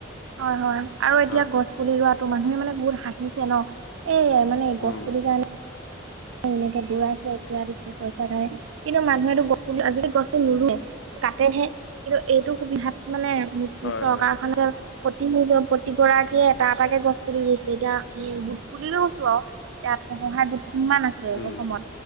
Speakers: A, on the right; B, on the left.
A: হয় হয় আৰু এতিয়া
B: হয়
A: গছ পুলি ৰ ত মানুহে মানে বহুত হাঁহিছে ন এ মানে গছ
B: উম
A: পুলি কাৰণে এনেকে দৌৰাইছে এ দিছে পইচাৰ কাৰণে কিন্তু মানুহেতো গ আজি গছ নে কাটেহে কিন্তু এইটো সুবিধাত মানে উ
B: হয়
A: চৰকাৰ
B: হয়
A: খনে যে প্ৰতি ম প্ৰতিগৰাকীয়ে এটা এটাকে গছ তুলি গৈছে এতিয়া আমি গোট পুলিকে গৈছো আৰু এতিয়া আ সহায় গোট কিমান আছে
B: উম
A: অসমত